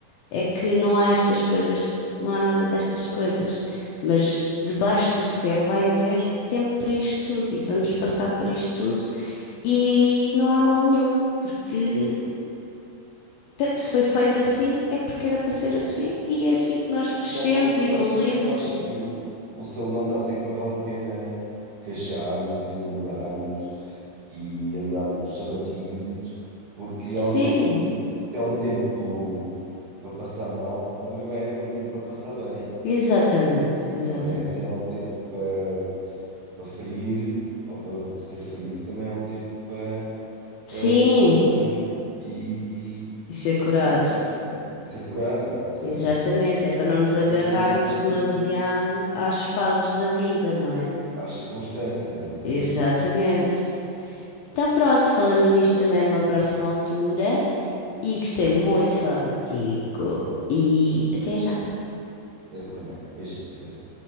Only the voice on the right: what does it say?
Sim,
que não há que,
basicamente, eu acho
que o, o Salomão está a dizer que não vale a pena queixar-nos e murmurar-nos e andarmos abatidos, porque
há um tempo, porque há um tempo para passar mal, também vai haver um tempo para passar bem,
não é? Se há um tempo para, para ferir ou para ser ferido, também há um tempo para
eh, curar e, e,
e, pronto, e ser curado, ou seja,
há
tempo para tudo,
há circunstâncias, exatamente.
Eu também. Beijinhos, até já.